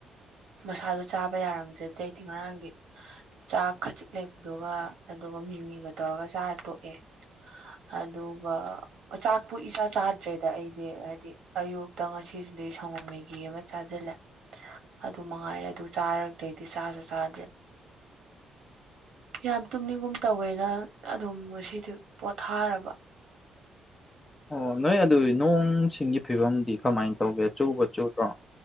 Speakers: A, on the right (about 75°); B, on the left (about 20°).
A: ꯃꯁꯥꯗꯨ ꯆꯥꯕ ꯌꯥꯔꯝꯗ꯭ꯔꯦ ꯑꯇꯩꯗꯤ ꯉꯔꯥꯡꯗꯤ ꯆꯥꯛ ꯈꯖꯤꯛ ꯂꯩꯕꯗꯨꯒ ꯑꯗꯨꯒ ꯃꯤꯃꯤꯒ ꯇꯧꯔꯒ ꯆꯥꯔ ꯇꯣꯛꯑꯦ ꯑꯗꯨꯒ ꯑꯆꯥꯛꯄꯨ ꯏꯆꯥ ꯆꯥꯗ꯭ꯔꯦꯗ ꯑꯩꯗꯤ ꯍꯥꯏꯗꯤ ꯑꯌꯨꯛꯇ ꯉꯁꯤꯗꯤ ꯁꯪꯒꯣꯝ ꯃꯦꯒꯤ ꯒꯤ ꯑꯃ ꯆꯥꯖꯤꯜꯂꯦ꯫ ꯑꯗꯨ ꯃꯉꯥꯏꯔꯦ ꯑꯗꯨ ꯆꯥꯔꯛꯇꯩꯗꯤ ꯆꯥꯖꯨ ꯆꯥꯗ꯭ꯔꯤ꯫ ꯌꯥꯝ ꯇꯨꯝꯅꯤꯡꯒꯨꯝ ꯇꯧꯋꯦꯅ ꯑꯗꯨꯝ ꯉꯁꯤꯗꯤ ꯄꯣꯊꯥꯔꯕ꯫
B: ꯑꯣ ꯅꯣꯏ ꯑꯗꯨꯏ ꯅꯣꯡꯁꯤꯡꯒꯤ ꯐꯤꯕꯝꯗꯤ ꯀꯃꯥꯏꯅ ꯇꯧꯒꯦ ꯆꯨꯕ ꯆꯨꯗ꯭ꯔꯣ꯫